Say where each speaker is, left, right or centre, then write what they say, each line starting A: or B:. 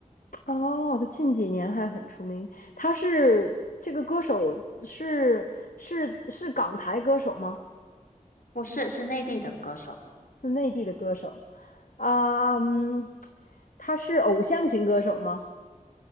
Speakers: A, on the left; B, on the left.
A: 哦，他近几年还很出名，他是这个歌手是是是港台歌手吗？
B: 不是，是内地的歌手，
A: 是内地的歌手啊，嗯，他是偶像型歌手吗？